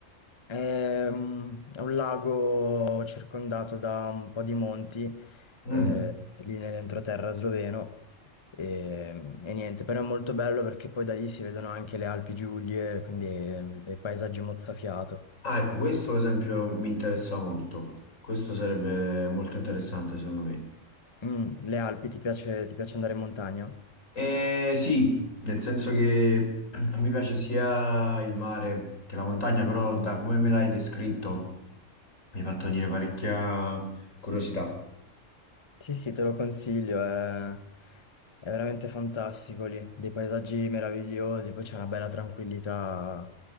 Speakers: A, on the left (about 25°); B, on the left (about 80°).
A: È mm, è un lago circondato da un po' di monti,
B: Mm.
A: eh,
B: Eh,
A: lì nell'entroterra sloveno. E, e niente, però è molto bello perché poi da lì si vedono anche le Alpi Giulie, quindi eh, dei paesaggi mozzafiato.
B: Ah, ecco, questo ad esempio mi interessa molto. Questo sarebbe molto interessante secondo me.
A: Mm, le Alpi, ti piace, ti piace andare in montagna?
B: Eh, sì, nel senso che <clears throat> a me piace sia il mare che la montagna, però da come me l'hai descritto mi hai fatto venire parecchia curiosità.
A: Sì, sì, te lo consiglio, è, è veramente fantastico lì, dei paesaggi meravigliosi, poi c'è una bella tranquillità,